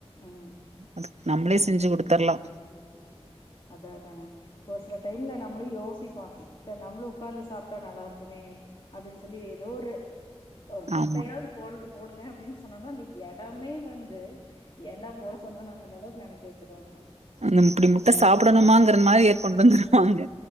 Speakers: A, on the left (about 45°); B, on the right (about 85°).
A: ம்
B: அதுக் நம்பளே செஞ்சு குடுத்தர்லா
A: அதா அதாங்க ஒரு சில டைம்ல நம்மளு யோசிப்போ செரி நம்மளு உக்காந்து சாப்ட்டா நல்லா இருக்குமே அப்டின் சொல்லி ஏதோ ஒரு ஒரு முட்டையாவ்து
B: ஆமா
A: போல் போடுங்க அப்டின் சொன்னோனா அந்த எடமே வந்து ஏன்டா போட சொன்னோனாங்குற அளவுக் நெனெக்க வெச்சிருவாங்க
B: ம் இப்டி முட்ட சாப்படணுமாங்கற மாரி <unintelligible> கொண்ட் வந்துருவாங்க